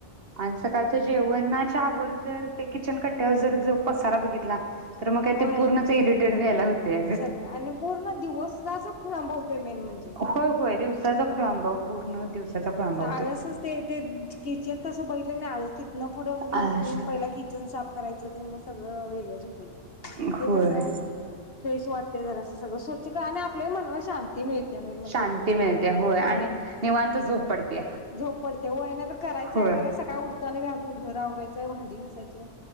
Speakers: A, on the right; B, on the left.
A: आण सकाळचं जेवणनाच च्यावर जर ते किचन कट्ट्यावर जर जप पसारा बघितला तर मग काय
B: व्हय
A: ते पूर्णच इरिटेट व्हायला होतंय अगं.
B: सगळे आणि पूर्ण दिवस जा <unintelligible> मेन म्हणजे
A: होय होय दिवसाचा खोळंबाव पूर्ण दिवसाचा खोळंबा होतोय.
B: आळसच ते ते किचन तसं बघितलं नाही आळस तिथनं पुढं म्हणजे
A: असं
B: उठून पहिला किचन साफ करायचं ते मग सगळं वेगळंच हु दे हे
A: होय.
B: कस फ्रेश वाटते जरा सगळं स्वच्छ क आणि आपलं मनवा शांत ते मिळते मेन म्हणजे
A: शांती मिळते होय
B: हं
A: आणि निवांत झोप पडते.
B: झोप पडते वय नाही तर करायचं
A: होय
B: आहे करायचं सकाळ उठत त्यानं बी अजून <inaudible> घर आवरायचंय भांडी घासायचेत